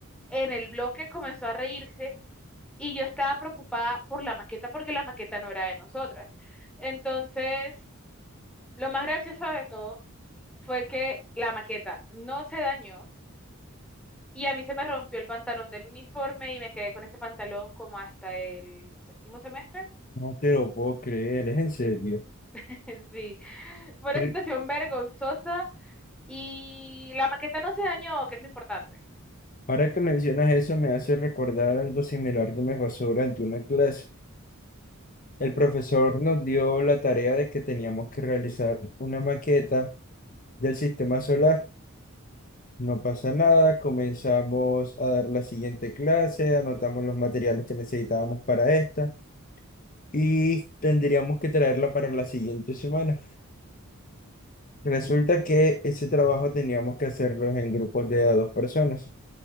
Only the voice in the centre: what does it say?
en el bloque comenzó a reírse y yo estaba preocupada por la maqueta porque la maqueta no era de nosotras. Entonces, lo más gracioso de todo fue que la maqueta no se dañó y a mí se me rompió el pantalón del uniforme y me quedé con ese pantalón como hasta el séptimo semestre.
<laughs> Sí, fue una
situación vergonzosa y la maqueta no se dañó, que es lo importante.